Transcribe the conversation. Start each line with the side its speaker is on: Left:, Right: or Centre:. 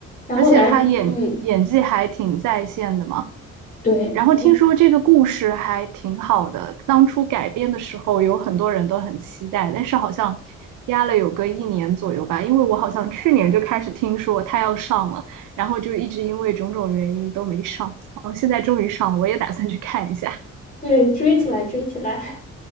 Left: 然后男，
Right: 而且她演演技还挺在线的嘛。
Left: 嗯，对，
Right: 然后听说这个故事还挺好的，
Left: 我
Right: 当初改编的时候有很多人都很期待，但是好像压了有个一年左右吧，因为我好像去年就开始听说它要上了，然后就一直因为种种原因都没上，哦，现在终于上了，我也打算去看一下
Left: 对，追起来，追起来。